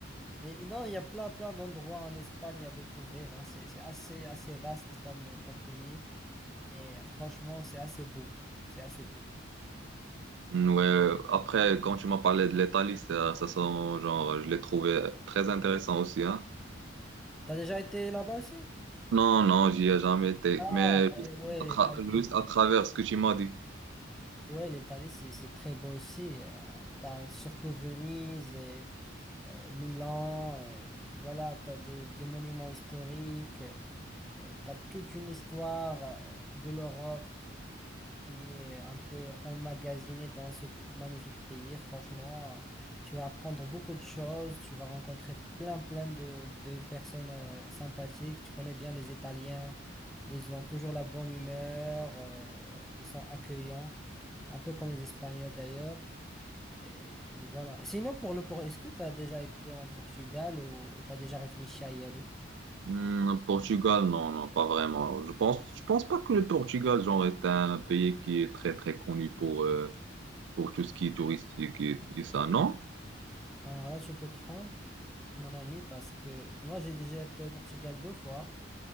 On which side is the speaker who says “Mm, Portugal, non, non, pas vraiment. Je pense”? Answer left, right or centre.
Right